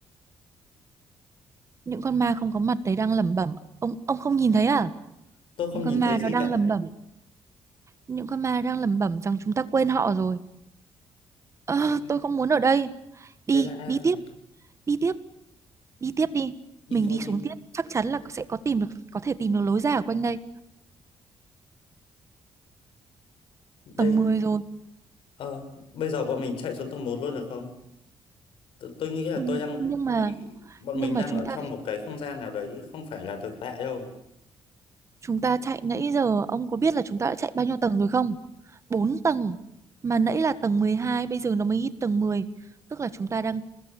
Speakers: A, on the right; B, on the left.
A: Những con ma không có mặt đấy đang lẩm bẩm. Ông ông không nhìn thấy à?
B: Tôi không
A: Những con
B: nhìn thấy
A: ma
B: gì
A: nó đang
B: cả.
A: lẩm bẩm. Những con ma đang lẩm bẩm rằng chúng ta quên họ rồi. Ờ,
B: Đây,
A: tôi không muốn ở đây. Đi,
B: đây là ai
A: đi
B: vậy?
A: tiếp, đi tiếp, đi tiếp đi.
B: Đi
A: Mình
B: thôi
A: đi
B: đi.
A: xuống tiếp, chắc chắn là sẽ có tìm được có thể tìm được lối ra ở quanh đây.
B: Đây.
A: Tầng 10 rồi.
B: Ờ, bây giờ bọn mình chạy xuống tầng một luôn được không? tôi, tôi nghĩ là
A: Ừ,
B: tôi đang
A: Nhưng mà
B: bị bọn
A: nhưng
B: mình
A: mà
B: đang
A: chúng
B: ở
A: ta
B: trong một cái không gian nào đấy không phải là thực tại đâu
A: chúng ta chạy nãy giờ ông có biết là chúng ta đã chạy bao nhiêu tầng rồi không? Bốn tầng mà nãy là tầng 12, bây giờ nó mới hit tầng 10. tức là chúng ta đang